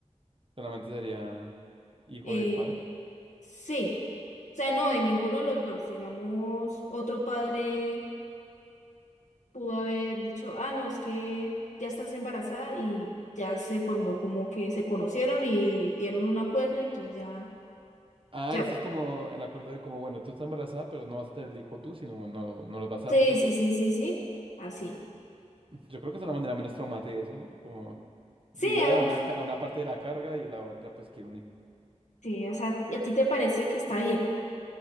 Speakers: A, on the right; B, on the left.
A: Solamente sería hijo
B: Eh,
A: del padre.
B: sí, o sea, no, de ninguno de los dos, digamos, otro padre. pudo haber dicho, ah, no, es que ya estás embarazada y ya se formó como que se conocieron y dieron un acuerdo y entonces ya,
A: Ah,
B: ya.
A: ese es como el acuerdo de como, bueno, tú estás embarazada, pero no vas a tener el hijo tú, sino no, no los vas a
B: Sí,
A: dar a nosotros.
B: sí, sí, sí, sí, así.
A: Yo creo que es la manera menos traumática de eso, ¿no? Como
B: Sí,
A: liberan
B: algo,
A: a una, ca- a una parte de la carga y a la otra pues quiere un hijo.
B: sí, o sea, ¿y a ti te parece que está bien?